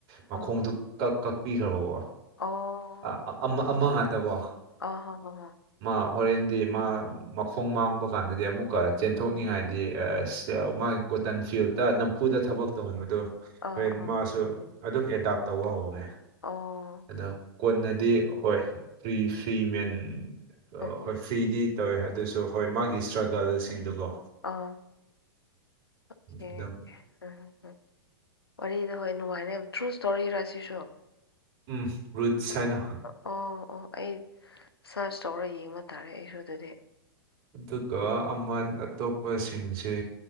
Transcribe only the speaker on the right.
ꯃꯈꯣꯡꯗꯨ
ꯀꯛ ꯀꯛꯄꯤꯈ꯭ꯔꯕꯕꯣ
ꯑꯥ ꯑ ꯑꯃ ꯑꯃ ꯉꯥꯛꯇꯒ‌ꯣ
ꯃꯥ ꯍꯣꯔꯦꯟꯗꯤ ꯃꯥ ꯃꯈꯣꯡ ꯃꯥꯡꯕ ꯀꯥꯟꯗꯗꯤ ꯑꯃꯨꯛꯀ ꯆꯦꯟꯊꯣꯛ ꯥꯅꯤꯡꯉꯥꯏꯗꯤ ꯑꯁ ꯑ ꯃꯥꯒꯤ ꯀꯣꯇꯟ ꯐꯤꯜꯗ ꯅꯝꯐꯨꯗ ꯊꯕꯛ ꯇꯧꯍꯟꯕꯗꯨ
ꯍꯣꯔꯦꯟ
ꯃꯥꯁꯨ ꯑꯗꯨꯝ ꯑꯦꯗꯥꯞ ꯇꯧꯕ ꯍꯧꯔꯦ
ꯑꯗꯨꯝ ꯀꯣꯟꯅꯗꯤ ꯍꯣꯏ ꯐ꯭ꯔꯤ ꯐ꯭ꯔꯤ ꯃꯦꯟ ꯑꯥ
ꯍꯣꯏ ꯐ꯭ꯔꯤꯗꯤ ꯇꯧꯋꯦ ꯑꯗꯨꯁ ꯑꯗꯣ ꯍꯣꯏ ꯃꯥꯒꯤ ꯏꯁꯇ꯭ꯔꯒꯜꯁꯤꯡꯗꯨꯒ‌ꯣ
ꯑꯗꯨꯝ
ꯎꯝ ꯔꯨꯠꯁ ꯍꯥꯏꯅ
ꯑꯗꯨꯒ ꯑꯃꯟ
ꯑꯇꯣꯞꯄꯁꯤꯡꯁꯦ